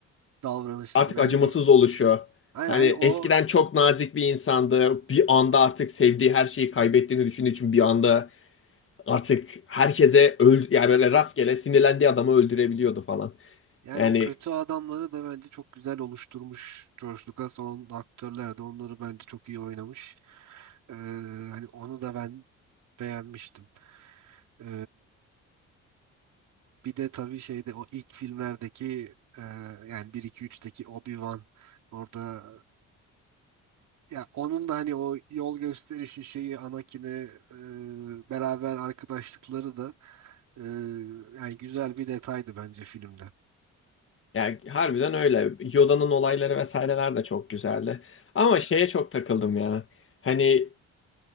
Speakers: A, on the right (about 75°); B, on the left (about 45°).
A: davranışları.
B: Artık
A: Bence
B: acımasız oluşuyor.
A: yani
B: Hani
A: hani
B: eskiden
A: o
B: çok nazik bir insandı. Bir anda artık sevdiği her şeyi kaybettiğini düşündüğü için bir anda artık herkese öl yani böyle rastgele sinirlendiği adamı öldürebiliyordu falan.
A: yani
B: Yani
A: o kötü adamları da bence çok güzel oluşturmuş George Lucas. O aktörler de onları bence çok iyi oynamış. E, hani onu da ben beğenmiştim. E, bir de tabii şeyde o ilk filmlerdeki e, yani bir 2 üçteki Obi-Wan orada ya onun da hani o yol gösterişi şeyi Anakin'e e, beraber arkadaşlıkları da e, yani güzel bir detaydı bence filmde.
B: yani harbiden öyle. Yoda'nın olayları vesaireler de çok güzeldi. Ama şeye çok takıldım ya. Hani